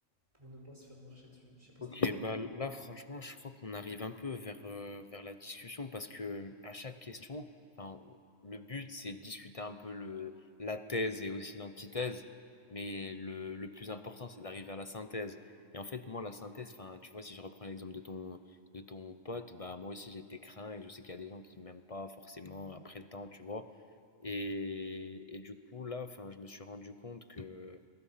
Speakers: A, on the right (about 20°); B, on the left (about 35°).
A: pour ne pas se faire marcher dessus. Je sais pas
B: Ok,
A: si t'es d'accord
B: bah
A: avec
B: là
A: moi.
B: franchement, je crois qu'on arrive un peu vers, euh, vers la discussion parce que à chaque question, enfin, on- le but c'est de discuter un peu le, la thèse et aussi l'antithèse, mais le, le plus important c'est d'arriver à la synthèse. Et en fait, moi, la synthèse, enfin, tu vois, si je reprends l'exemple de ton, de ton pote, bah moi aussi j'étais craint et je sais qu'il y a des gens qui m'aiment pas forcément après le temps, tu vois. Et, et du coup, là, enfin, je me suis rendu compte que,